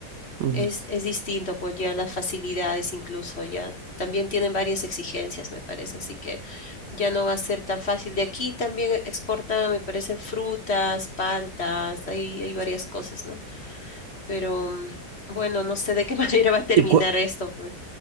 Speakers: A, on the right; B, on the left.
A: Ujú.
B: es, es distinto, pues ya las facilidades incluso ya también tienen varias exigencias, me parece, así que ya no va a ser tan fácil. De aquí también exportan, me parece, frutas, paltas, hay, hay varias cosas, ¿no? Pero mm, bueno, no sé de qué <laughs> manera va a terminar
A: Y cua-
B: esto. pues.